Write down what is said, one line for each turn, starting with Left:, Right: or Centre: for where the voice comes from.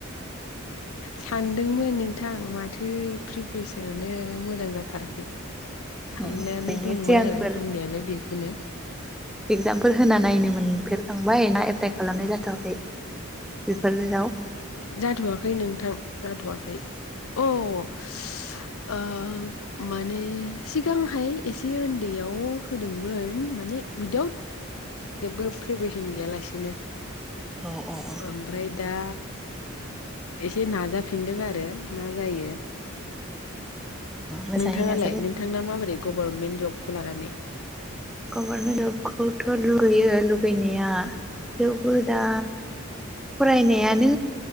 Left: सानदोंमोन नोंथां माथो प्रिभिसनानो मोजां जाथाराखै साननानै
Centre: बेनो
Left: दंमोन
Centre: सिगांफोर
Left: आरो दंनायालाय बेखौनो
Centre: एगजामफोर होना नायनोमोनफेर खांबाय ना एप्लाइ खालामनाय जाथ'वाखै बेफोराव
Left: जाथ'वाखै नोंथां जाथ'वा खै अ ओ माने सिगांहाय एसे उन्दैयाव होदोंमोन माने उइदाउट जेबो प्रिपेरेसन गैयालासिनो
Centre: औ औ
Left: ओमफ्राय दा एसे नाजाफिनदों आरो मा जायो
Centre: मोजाङै
Left: नोंथाङालाय
Centre: नाजादो
Left: नोंथांना मा बा दि गभारमे जबखौ लानानै
Centre: गभारमेन्ट जबखौथ' लुगैयो लुगैनाया थेवबो दा फरायनायानो